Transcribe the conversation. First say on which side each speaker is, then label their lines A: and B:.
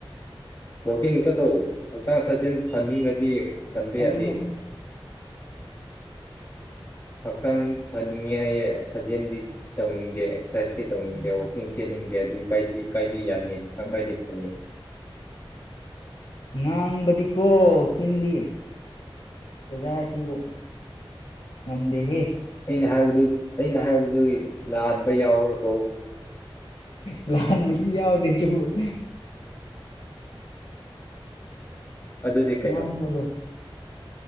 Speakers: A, on the left; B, on the left.
A: ꯋꯥꯛꯀꯤꯡ ꯆꯠꯂꯎ ꯍꯛꯆꯥꯡ ꯁꯥꯆꯦꯜ ꯐꯅꯤꯡꯉꯗꯤ ꯇꯟꯕ
B: ꯑꯗꯨꯅ
A: ꯌꯥꯗꯦ ꯍꯛꯆꯥꯡ ꯐꯅꯤꯡꯉꯦ ꯍꯥꯏꯌꯦ ꯁꯥꯖꯦꯜꯗꯤ ꯇꯧꯅꯤꯡꯗꯦ ꯑꯦꯛꯁꯔꯁꯥꯏꯁꯇꯤ ꯇꯧꯅꯤꯡꯗꯦ ꯋꯥꯋꯀꯤꯡ ꯆꯦꯟꯅꯤꯡꯗꯦ ꯑꯗꯨꯏ ꯀꯥꯏꯗꯤ ꯌꯥꯅꯤ ꯍꯛꯆꯥꯡ ꯀꯥꯏꯗꯤ ꯐꯅꯤ
B: ꯉꯥꯡꯥꯡꯕꯗꯤ ꯀꯣ ꯆꯤꯟꯗꯤ ꯑꯣꯖꯥꯁꯤꯕꯨ ꯅꯝꯗꯦꯍꯦ
A: ꯑꯩꯅ ꯍꯥꯏꯕꯗꯨ ꯑꯩꯅ ꯍꯥꯏꯕꯗꯨ ꯂꯥꯟꯕ ꯌꯥꯎꯔꯕꯣ
B: ꯑ ꯂꯥꯟꯕꯗꯤ ꯌꯥꯎꯗꯦ ꯑꯗꯨꯕꯨ <inaudible>
A: ꯑꯗꯨꯗꯤ ꯀꯩꯅꯣ
B: ꯃꯥꯃꯗꯣ